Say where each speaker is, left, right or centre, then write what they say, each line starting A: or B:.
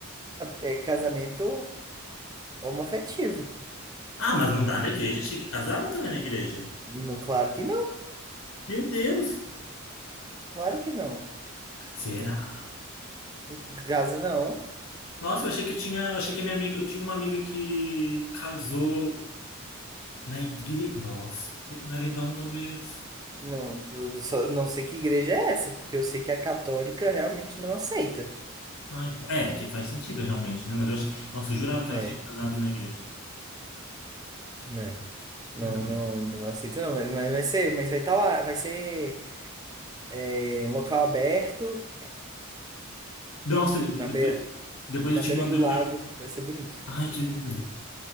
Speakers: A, on the right; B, on the left.
A: É, é casamento homoafetivo.
B: Ah, mas não dá na igreja? Achei que casava também na igreja.
A: No, claro que não,
B: Meu Deus!
A: claro que não.
B: Será?
A: Gaza não.
B: Nossa, eu achei que eu tinha, eu achei que a minha amiga, eu tinha uma amiga que casou na igreja. Nossa, se- mas então talvez.
A: Não, eu só não sei que igreja é essa, porque eu sei que a católica realmente não aceita.
B: Ai, é, que faz sentido realmente, né? Mas eu, ach- nossa, eu jurava que
A: É,
B: elas tinham casado na igreja.
A: né? Não,
B: É, não.
A: não, não aceita não, mas, mas vai ser, mas vai estar lá, vai ser é, em local aberto,
B: Nossa, depois,
A: na beira,
B: depois
A: na
B: eu te
A: beira
B: mando.
A: do lago,
B: eu-
A: vai ser bonito.
B: Ai, que lindo.